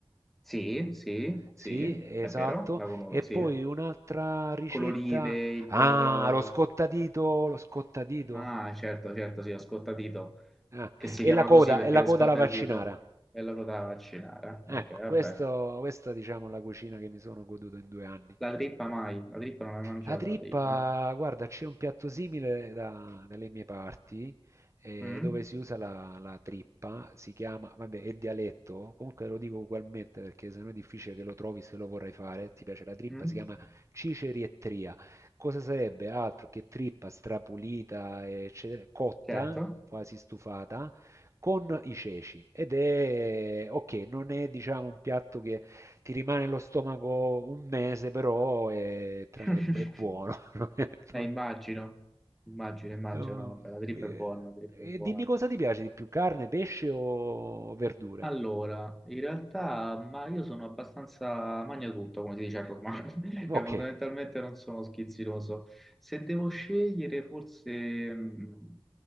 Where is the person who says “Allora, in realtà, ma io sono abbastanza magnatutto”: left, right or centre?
Centre